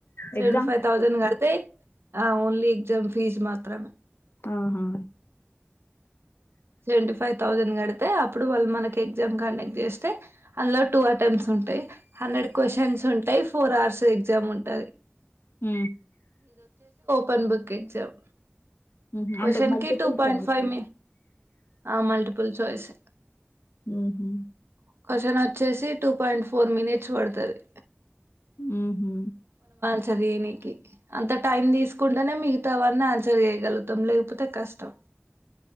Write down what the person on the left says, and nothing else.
ఎగ్జామ్స్
లేవు
ఆహా
ఉ
ఉహు
అంటే మల్టిపుల్
చాయిసా
ఉ హు
ఉ హు